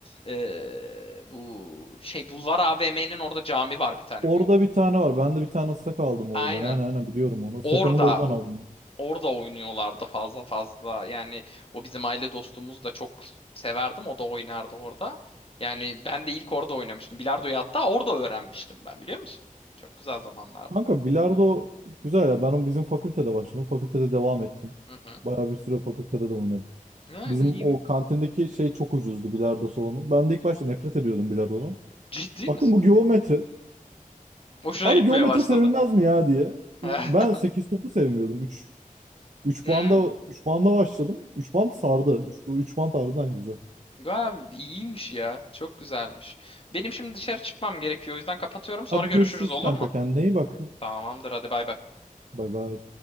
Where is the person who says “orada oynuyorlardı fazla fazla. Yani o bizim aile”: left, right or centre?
Left